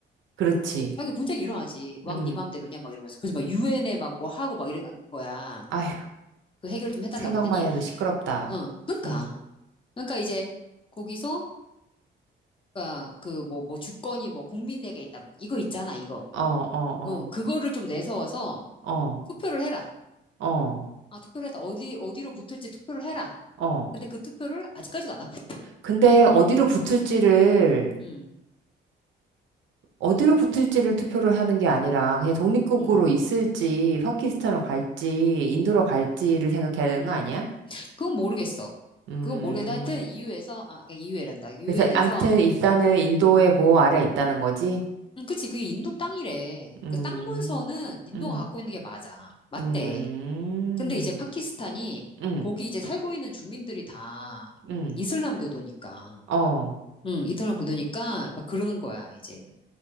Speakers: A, on the right (about 70°); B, on the left (about 25°).
A: 그렇지.
B: 당연히 분쟁이 일어나지. 왕
A: 음,
B: 네 맘대로냐? 막 이러면서. 그래서 막 유엔에 막 뭐 하고 막 이런 거야.
A: 아휴,
B: 그 해결 좀 해달라고
A: 생각만
B: 했더니,
A: 해도 시끄럽다.
B: 어, 그러니까.
A: 음,
B: 그러니까 이제 거기서, 그러니까 그 뭐, 뭐 주권이 뭐 국민에게 있다. 막 이거 있잖아, 이거.
A: 어, 어, 어,
B: 어, 그거를 좀 내세워서
A: 어,
B: 투표를 해라.
A: 어,
B: 아, 투표를 해라. 어디, 어디로 붙을지 투표를 해라.
A: 어.
B: 근데 그 투표를 아직까지도 안 하고 있다.
A: 근데 어디로 붙을지를
B: 응, 응,
A: 어디로 붙을지를 투표를 하는 게 아니라 그냥 독립국으로
B: 응,
A: 있을지 파키스탄으로 갈지 인도로 갈지를 생각해야 되는
B: 응.
A: 거 아니야?
B: 그건 모르겠어.
A: 음.
B: 그건 모르겠는데 하여튼 유 u 에서 아, 유 u 란다유엔에서
A: 그래서 암튼 일단은 인도의 보호 아래 있다는 거지.
B: 응, 그치. 그게 인도 땅이래.
A: 음.
B: 그 땅 문서는 인도가
A: 음.
B: 갖고 있는 게 맞아. 맞대.
A: 음.
B: 근데 이제 파키스탄이
A: 음.
B: 거기 이제 살고 있는 주민들이 다
A: 음.
B: 이슬람 교도니까.
A: 어.
B: 응, 이슬람 교도니까 막 그러는 거야, 이제.